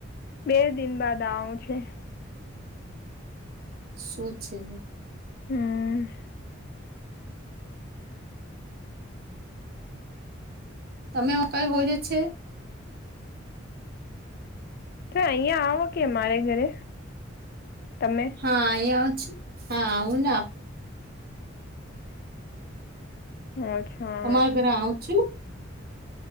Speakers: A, on the left (about 50°); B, on the right (about 50°).
A: બે દિન બાદ આવું છે.
B: શું છે.
A: હમ્મ.
B: તમે કાઈ હોર્યો છે?
A: તો અહીંયા આવો કે મારે ઘરે તમે
B: હા અહીંયા છું. હા આવોને
A: અચ્છા
B: અમારા ઘરે આવું છે?